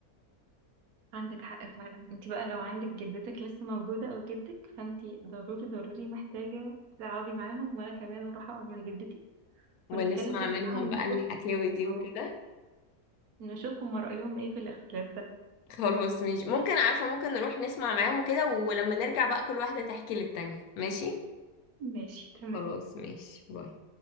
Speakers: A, on the right; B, on the left.
A: عندك حق فعلا انت بقى لو عندك جدتك لسه موجودة او جدك فانت ضروري ضروري محتاجة تقعدي معاهم وانا كمان اروح اقعد مع جدتي
B: ونسمع
A: ونتكلم كده
B: منهم
A: معاهم ونشوف
B: بقى الحكاوي دي
A: اه.
B: وكده
A: نشوف هما رأيهم ايه في الاختلاف ده
B: خلاص ماشي ممكن عارفة ممكن نروح نسمع معاهم وكده ولما نرجع بقى كل واحدة تحكي للتانية ماشي
A: ماشي تمام
B: خلاص ماشي باي